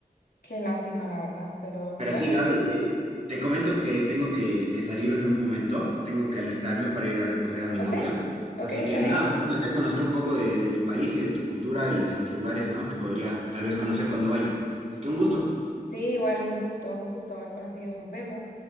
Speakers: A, on the left (about 75°); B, on the right (about 45°).
A: Qué lástima, la verdad, pero
B: Pero
A: bueno,
B: sí, Gaby,
A: sí.
B: eh, te comento que tengo que, que salir en un momento, tengo que alistarme para ir a recoger a mi
A: Ok,
B: novia.
A: ok,
B: Así
A: está
B: que nada,
A: bien.
B: fue un placer conocer un poco de, de tu país y de tu cultura y de los lugares, ¿no? Que podría tal vez conocer cuando vaya. Así que un gusto.
A: Sí, igual un gusto, un gusto haber conocido. Nos vemos.